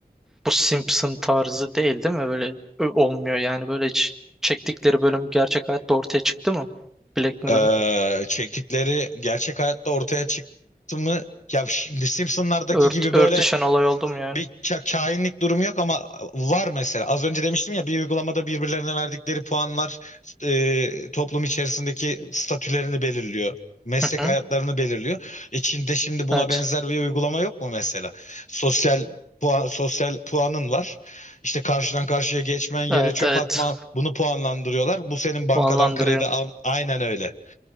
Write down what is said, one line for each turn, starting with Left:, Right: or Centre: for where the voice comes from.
Centre: Bu Simpson tarzı değil değil mi? Böyle ö- olmuyor yani. Böyle hiç çektikleri bölüm gerçek hayatta ortaya çıktı mı? Black Mirror'ın.
Left: Ee, çektikleri gerçek hayatta ortaya çıktı mı ya şimdi Simpsonlardaki
Centre: Ört,
Left: gibi
Centre: örtüşen
Left: böyle
Centre: olay oldu mu yani?
Left: bir ka- kainlik durumu yok ama var mesela. Az önce demiştim ya bir uygulamada birbirlerine verdikleri puanlar e, toplum içerisindeki statülerini belirliyor. Meslek
Centre: Hı hı.
Left: hayatlarını belirliyor. E Çin'de şimdi buna
Centre: Evet.
Left: benzer bir uygulama yok mu mesela? Sosyal puan, sosyal puanın var. İşte karşıdan karşıya geçmen, yere
Centre: Evet
Left: çöp
Centre: evet.
Left: atma bunu puanlandırıyorlar. Bu senin bankadan
Centre: Bu anlandırıyor.
Left: kredi al. Aynen öyle.